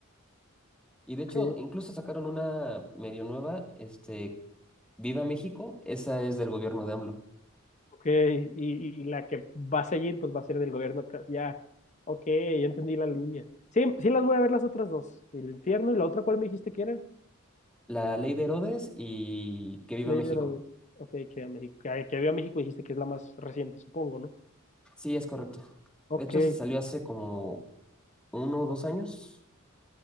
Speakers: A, in the centre; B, on the left.
A: Y de
B: Ok,
A: hecho, incluso sacaron una medio nueva, este, Viva México. Esa es del gobierno de AMLO.
B: Ok, y, y la que va a seguir, pues va a ser del gobierno acá. Ya, ok, ya entendí la línea. Sí, sí las voy a ver las otras dos. El infierno y la otra, ¿cuál me dijiste que era?
A: La ley de Herodes y Que Viva
B: Lady
A: México.
B: Herodes. Ok, que, a México, que, que vio a México y dijiste que es la más reciente, supongo, ¿no?
A: Sí, es correcto. De
B: ok.
A: hecho, salió hace como uno o dos años.